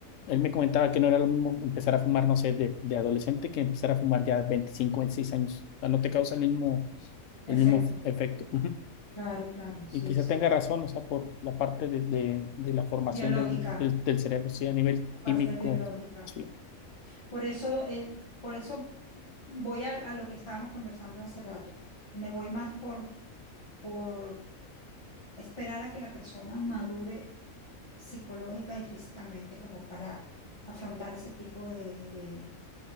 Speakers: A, on the left; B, on the left.
A: él me comentaba que no era lo mismo empezar a fumar, no sé, de, de adolescente que empezar a fumar ya 25, 26 años. O sea, no te causa el mismo, el
B: Efecto,
A: mismo efecto.
B: claro, claro, sí,
A: Y quizá
B: sí.
A: tenga razón, o sea, por la parte de, de- de la formación
B: Biológica,
A: del, del- del cerebro, sí, a nivel
B: la parte
A: químico,
B: biológica.
A: sí,
B: Por eso, eh, por eso voy al- a, lo que estábamos conversando hace rato. Me voy más por, por esperar a que la persona madure psicológica y físicamente como para afrontar ese tipo de, de-